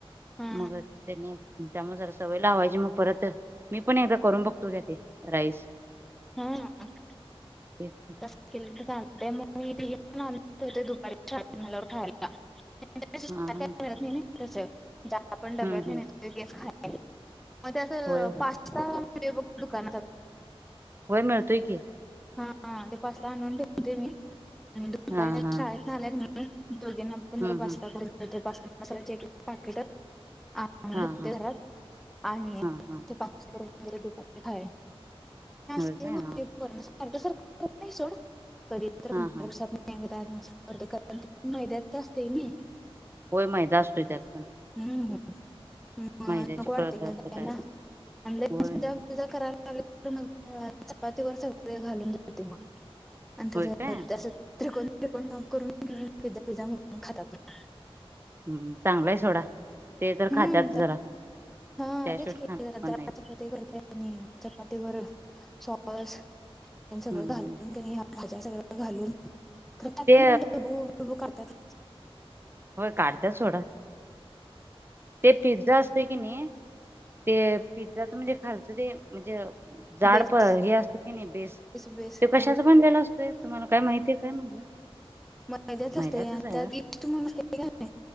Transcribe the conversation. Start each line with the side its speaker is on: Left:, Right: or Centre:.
Centre: हा
Right: मग तेनी त्यामुळ जरा सवय लावायची मग परत, मी पण एकदा करून बघतो घ्या ते राईस.
Centre: <unintelligible>
Right: तेच की.
Centre: ते मग मी हे पण आणुन ठेवते <unintelligible> दुपारी खायला त्याच्यापेक्षा
Right: हा हा हम्म
Centre: आपल्या घरातील नेहमी तसं म्हणजे आपण डब्यातनी
Right: हम्म हम्म
Centre: <unintelligible> तेच खाय मग ते आस
Right: होय होय
Centre: पास्ता मिळतो बघ दुकानात
Right: होय मिळतोय की
Centre: हा हा ते पास्ता आणून ठेवतोय मी आणि दुपारी
Right: हा हा
Centre: शाळेतनं आल्या कणी दोघींना पण
Right: हम्म
Centre: जरा पास्ता
Right: हम्म
Centre: करून देतोय पास्ता मसाल्याची एक एक पाकीट आणून
Right: हा
Centre: ठेवतोय
Right: हा
Centre: घरात आणि
Right: हा हा
Centre: ते पाकि म्हणजे तुपातले खाये
Right: होय
Centre: तेच
Right: काय
Centre: म्हणते
Right: हा
Centre: पन सारखं सारखं करत नाही सोड कधी तर
Right: हा
Centre: पंधरा
Right: हा
Centre: दिवसातनं एकदा कारण आस <unintelligible> मैद्यात असतय नि
Right: होय मैदा अस्तोय त्यात पण
Centre: हम ह म
Right: मैद्याचे
Centre: नको वाटतय
Right: पदार्थ
Centre: ग त्यांना
Right: काय
Centre: <unintelligible>
Right: होय
Centre: करायला लाग तर मग म चपातीवर सगळ घालून देतोय बघ आणि
Right: होय
Centre: तसं
Right: काय
Centre: तसं त्रिकोणी <unintelligible> काप करून पिझा पिझ्झा म्हणून खातात मग
Right: हम् चांगलाय सोडा ते तर
Centre: हम्म
Right: खात्यात जरा
Centre: हा
Right: त्याशिवाय
Centre: अ तेच की
Right: खाणार
Centre: <unintelligible>
Right: पण नाहीत
Centre: चपाती करतोय चपातीवर सॉस सगळं
Right: हम्म
Centre: घालून
Right: हम्म
Centre: कनी ह्या भाज्या सगळ घालून खर त्याातन
Right: ते
Centre: पण ढबू बिबू करत्यात
Right: होय काढत्यात सोडा ते पिझ्झा असतय कने ते पिझ्झाच म्हणजे खालचं ते म्हणजे जाड
Centre: बेस
Right: प हे असत निका बेस
Centre: बेस
Right: ते कशाचा
Centre: ह
Right: बनलेला असतोय तुम्हाला काय माहितीय काय म्हटलं
Centre: मैद्याचा
Right: मैद्याचच
Centre: असतया आणि
Right: आहे
Centre: त्यात
Right: होय
Centre: इस्ट <unintelligible>